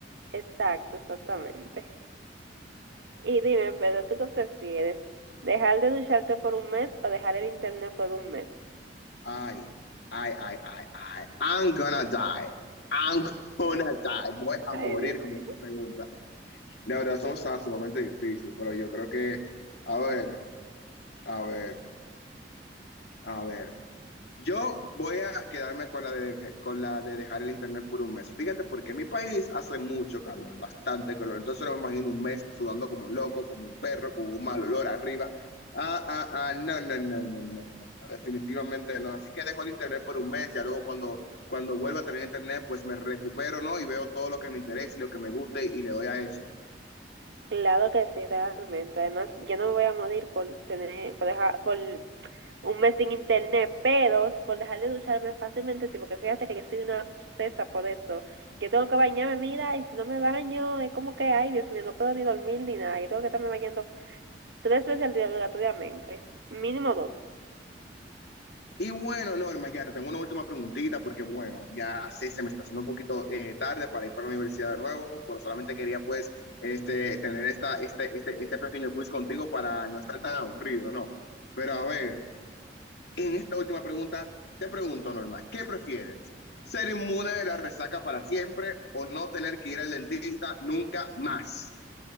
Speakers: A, on the right; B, on the left.
A: Exacto, exactamente. Y dime, Pedro, ¿tú qué prefieres? ¿Dejar de ducharte por un mes o dejar el internet por un mes?
B: Ay, ay, ay, ay, ay, I'm gonna die, I'm gonna die, voy a
A: Ay,
B: morir
A: Dios
B: con
A: mío.
B: esta pregunta. La verdad son, o sumamente difíciles, pero yo creo que, a ver, a ver, a ver. Yo voy a quedarme con la de, con la de dejar el internet por un mes. Fíjate, porque en mi país hace mucho calor, bastante calor. Entonces no me imagino un mes sudando como un loco, como un perro, con un mal olor arriba. Ah, ah, ah, no, no, no, no, no. no, Definitivamente no. Así que dejo el internet por un mes, ya luego cuando, cuando vuelva a tener internet, pues me recupero, ¿no? Y veo todo lo que me interesa y lo que me guste y le doy a eso.
A: Claro que sí, realmente. Además, yo no me voy a morir por tener, por dejar, por un mes sin internet, pero por dejar de ducharme fácilmente, sí, porque fíjate que yo soy una obsesa por eso. Yo tengo que bañarme, mira, y si no me baño, es como que, ay, Dios mío, no puedo ni dormir ni nada. Yo tengo que estarme bañando tres veces al día obligatoriamente, mínimo dos.
B: Y bueno, Norma, ya te tengo una última preguntita porque, bueno, ya sé, se me está haciendo un poquito eh, tarde para ir para la universidad de nuevo, pero solamente quería, pues, este, tener esta, este, este, este pequeño quiz contigo para no estar tan aburrido, ¿no? Pero a ver, en esta última pregunta, te pregunto, Norma, ¿qué prefieres? ¿Ser inmune de la resaca para siempre o no tener que ir al dentista nunca más?